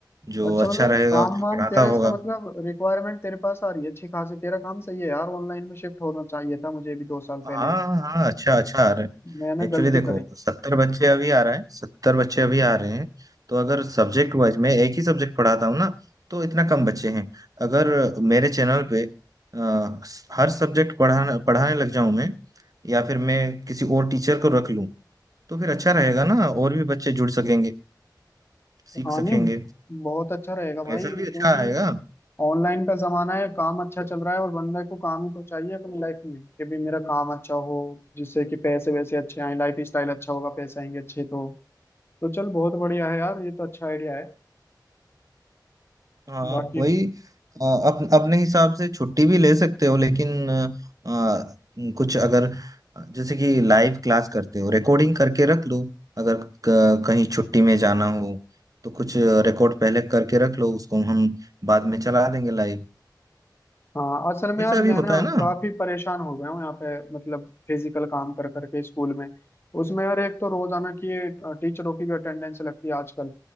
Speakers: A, on the right; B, on the left.
A: जो
B: अच्छा
A: अच्छा
B: मतलब
A: रहेगा
B: काम
A: अच्छा
B: वाम
A: पढ़ाता
B: तेरा इसका
A: होगा
B: मतलब रिक्वायरमेंट तेरे पास आ रही है अच्छी खासी तेरा काम सही है यार ऑनलाइन में शिफ्ट होना चाहिए था मुझे भी दो साल
A: हाँ
B: पहले ही
A: हाँ अच्छा अच्छा आ रहे हैं।
B: मैंने
A: एक्चुअली
B: गलती
A: देखो
B: करी
A: सत्तर बच्चे अभी आ रहे हैं सत्तर बच्चे अभी आ रहे हैं तो अगर सब्जेक्ट वाइज मैं एक ही सब्जेक्ट पढ़ाता हूँ ना तो इतना कम बच्चे हैं अगर मेरे चैनल पे अ, हर सब्जेक्ट पढ़ाने पढ़ाने लग जाऊं मैं या फिर मैं किसी और टीचर को रख लूँ तो फिर अच्छा रहेगा ना और भी बच्चे जुड़ सकेंगे सीख
B: हाँ
A: सकेंगे
B: नहीं बहुत अच्छा रहेगा भाई
A: पैसा भी अच्छा
B: क्योंकि
A: आएगा
B: ऑनलाइन का जमाना है काम अच्छा चल रहा है और बंदे को काम ही तो चाहिए अपनी लाइफ में कि भी मेरा काम अच्छा हो जिससे कि पैसे वैसे अच्छे आए लाइफ स्टाइल अच्छा होगा पैसे आएंगे अच्छे तो तो चल बहुत बढ़िया है यार ये तो अच्छा आइडिया है
A: हाँ
B: बाकी
A: वही अ, अप, अपने हिसाब से छुट्टी भी ले सकते हो लेकिन अ, अ, कुछ अगर जैसे कि लाइव क्लास करते हो रिकॉर्डिंग करके रख लो अगर क- कहीं छुट्टी में जाना हो तो कुछ रिकॉर्ड पहले करके रख लो उसको हम बाद में चला देंगे लाइव
B: हाँ असल में
A: ऐसा
B: यार
A: भी
B: मैं
A: होता
B: ना
A: है ना
B: काफी परेशान हो गया हूँ यहाँ पे मतलब फिजिकल काम कर करके स्कूल में उसमें यार एक तो रोजाना की ये टीचरों की भी अटेंडेंस लगती है आजकल